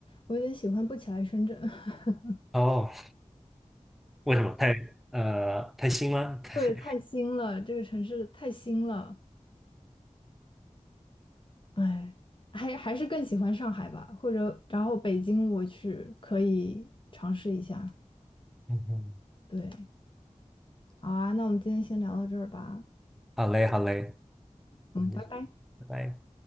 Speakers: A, on the left (about 40°); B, in the centre.
A: 我有点喜欢不起来深圳。<laughs>
B: 哦，为什么太呃太新吗？<laughs> 太
A: 对，太新了，这个城市太新了。哎，还还是更喜欢上海吧，或者然后北京我去可以尝试一下。
B: 嗯哼，
A: 对，好啊，那我们今天先聊到这儿吧。
B: 好嘞好嘞，
A: 嗯，
B: 嗯，
A: 拜拜。
B: 拜拜。